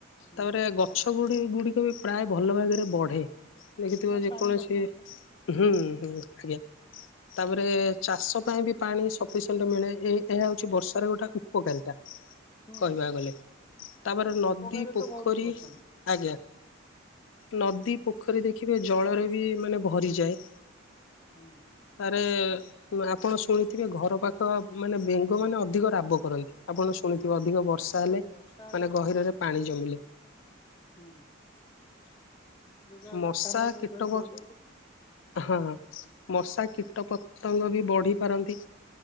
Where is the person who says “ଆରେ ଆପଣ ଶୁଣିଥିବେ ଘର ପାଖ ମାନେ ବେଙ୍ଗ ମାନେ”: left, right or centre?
Left